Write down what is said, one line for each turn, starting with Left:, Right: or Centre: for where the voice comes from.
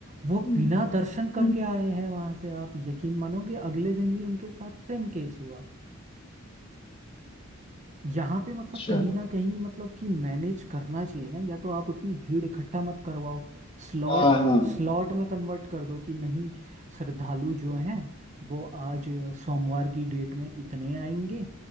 Right: वो
Left: हम्म,
Right: बिना दर्शन करके
Left: हम्म।
Right: आए हैं वहां से आप यकीन मानोगे अगले दिन भी उनके साथ सेम केस हुआ यहाँ पे मतलब
Left: अच्छा
Right: कहीं ना कहीं मतलब कि मैनेज करना चाहिए ना या तो आप उतनी भीड़ इकट्ठा मत करवाओ स्लॉट
Left: हाँ हाँ
Right: स्लॉट में कन्वर्ट कर दो कि नहीं श्रद्धालु जो हैं वो आज सोमवार की डेट में इतने आएंगे